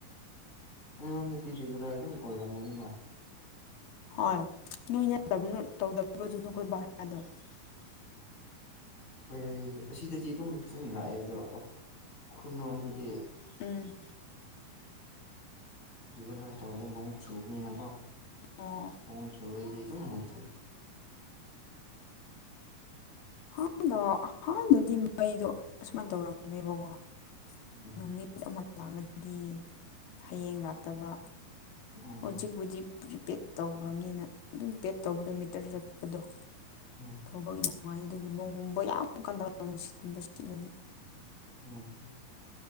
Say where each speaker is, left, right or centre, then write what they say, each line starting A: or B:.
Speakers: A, on the left (about 45°); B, on the left (about 75°).
A: ꯎꯝꯝꯗꯤ ꯔꯤꯒꯨꯂꯔ ꯑꯗꯨꯝ ꯑꯣꯏꯔꯝꯃꯅꯤꯅ
B: ꯍꯣꯏꯅꯗ
A: ꯍꯣꯏ ꯑꯁꯤꯗꯗꯤ ꯑꯗꯨꯝ ꯐꯖꯅ ꯂꯥꯛꯑꯦ ꯑꯗꯣ ꯈꯨꯟꯔꯣꯝꯗꯗꯤ
B: ꯎꯝ
A: ꯔꯤꯒꯨꯂꯔ ꯇꯧꯖ ꯅꯛ ꯁꯨꯕꯅꯤꯅꯀꯣ
B: ꯑꯣ
A: ꯅ ꯁꯨꯔꯦꯗꯤ ꯇꯃꯗ
B: ꯍꯥꯟꯅ ꯍꯥꯟꯅꯗꯤ ꯃꯩꯗꯣ ꯑꯁꯨꯃꯥꯏꯅ ꯇꯧꯔꯝꯃꯦꯕꯀꯣ
A: ꯎꯝ
B: ꯅꯨꯃꯤꯠ ꯑꯃ ꯂꯥꯡꯉꯒꯗꯤ ꯍꯌꯦꯡ ꯂꯥꯛꯇꯕ
A: ꯎꯝ
B: ꯍꯧꯖꯤꯛꯄꯨꯗꯤ ꯄ꯭ꯔꯤꯄꯦꯗ ꯇꯧꯈ꯭ꯔꯕꯅꯤꯅ ꯑꯗꯨꯝ ꯄꯦꯛꯗ ꯇꯧꯕꯗꯨ ꯍꯛꯇꯔ ꯆꯠꯄꯗꯣ
A: ꯎꯝ
B: ꯊꯧꯕꯒꯤꯗ ꯅꯨꯡꯉꯥꯏ ꯑꯗꯨꯒ ꯅꯣꯡꯒꯨꯝꯕ ꯌꯥꯝ ꯀꯟꯗ ꯅꯨꯡꯁꯤꯠꯀꯨꯝꯕ ꯁꯤꯠꯂꯅꯤ
A: ꯎꯝ